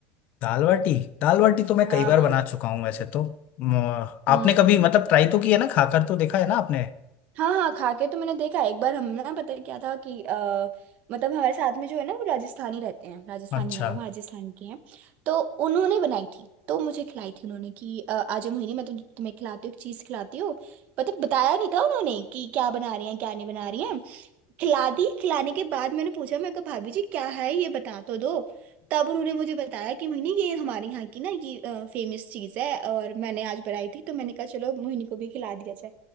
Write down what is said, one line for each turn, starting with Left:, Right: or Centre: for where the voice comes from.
Left: दाल बाटी दाल बाटी तो मैं
Right: हाँ
Left: कई बार बना चुका हूँ वैसे तो म, आपने
Right: हम्म
Left: कभी मतलब ट्राई तो किया ना खाकर तो देखा है ना आपने
Right: हाँ हाँ खा के तो मैंने देखा एक बार हम ना पता है क्या था कि आ, मतलब हमारे साथ में जो है ना वो राजस्थानी रहते हैं राजस्थानी
Left: अच्छा
Right: है वो राजस्थान
Left: <laughs>
Right: के हैं तो उन्होंने बनाई थी तो मुझे खिलाई थी उन्होंने कि अ, आज हम मोहिनी मैं तुम तुम्हें खिलाती हूँ एक चीज़ खिलाती हूँ मतलब बताया नहीं था उन्होंने कि क्या बना रही हैं क्या नहीं बना रही हैं खिला दी खिलाने के बाद मैंने पूछा मैं कहा भाभी जी क्या है ये बता तो दो तब उन्होंने मुझे बताया कि मोहिनी ये हमारे यहाँ की ना ये फेमस चीज़ है और मैंने आज बनाई थी तो मैंने कहा चलो मोहिनी को भी खिला दिया जाए